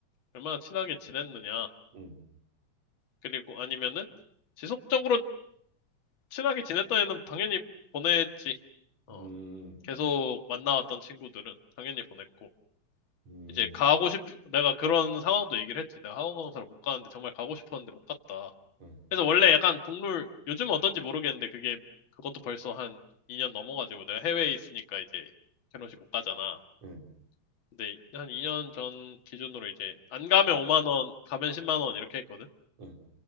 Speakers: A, on the left; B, on the right.
A: 얼마나 친하게 지냈느냐.
B: 응,
A: 그리고 아니면은 지속적으로 친하게 지냈던 애는 당연히 보냈지. 어,
B: 음,
A: 계속 만나왔던 친구들은 당연히 보냈고.
B: 음,
A: 이제 가고 싶, 내가 그런 상황도 얘기를 했지. 내가 학원 강사를 못 가는데 정말 가고 싶었는데 못 갔다.
B: 응,
A: 그래서 원래 약간 국룰, 요즘은 어떤지 모르겠는데 그게 그것도 벌써 한 2년 넘어가지고 내가 해외에 있으니까 이제 결혼식 못 가잖아.
B: 응,
A: 근데 한 2년 전 기준으로 이제 안 가면 5만 원, 가면 10만 원 이렇게 했거든.
B: 응,